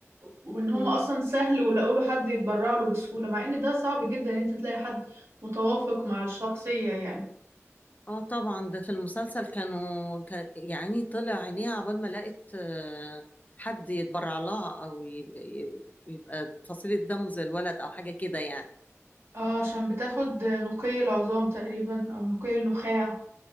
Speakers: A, on the right; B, on the left.
A: وان هم
B: امم
A: اصلا سهل ولقوا له حد يتبرع له بسهوله مع ان ده صعب جدا ان انت تلاقي حد متوافق مع الشخصيه يعني
B: اه طبعا ده في المسلسل كانوا كان يعني طلع عينيها عقبال ما لقت آه، حد يتبرع لها او يبقى, يبقى فصيله دمه زي الولد او حاجه كده يعني
A: اه عشان بتاخد نقي العظام تقريبا او نقي النخاع